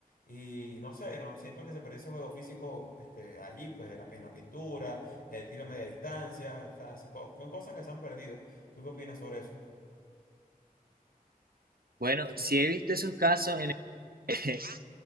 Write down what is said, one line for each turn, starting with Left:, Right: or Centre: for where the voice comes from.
Left: Y no sé, no siento que se perdió ese juego físico este, allí, pues de la, en la pintura, el tiro a media distancia, o sea, se- co- son cosas que se han perdido. ¿Tú qué opinas sobre eso?
Right: Bueno, sí he visto esos casos en el que <laughs>